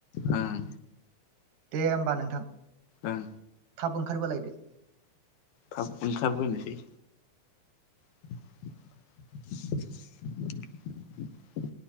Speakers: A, on the left; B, on the right.
A: ओं
B: दे होमबा नोंथां।
A: ओं
B: थाब ओंखारबोलायदो
A: थाब ओंखारबोनोसै <inaudible>